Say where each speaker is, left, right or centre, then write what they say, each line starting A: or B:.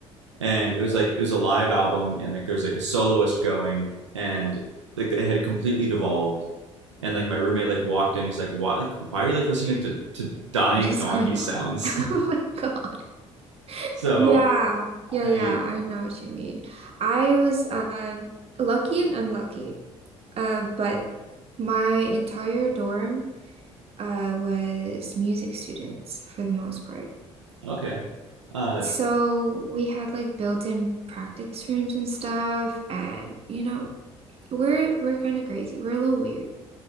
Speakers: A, on the right; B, on the right.
A: and it was like it was a live album, and like there's like a soloist going, and like they had completely devolved. And like my roommate like walked in, he's like, "Why? Like, why are you like listening to to dying
B: What is
A: donkey
B: going on?
A: sounds?"
B: <laughs> Oh my God.
A: <laughs> so
B: Yeah, yeah,
A: I
B: yeah. I know what you mean. I was um lucky and unlucky. Uh, but my entire dorm uh was music students for the most part.
A: okay, uh,
B: So we had like built-in practice rooms and stuff, and you know, we're we're kind of crazy. We're a little weird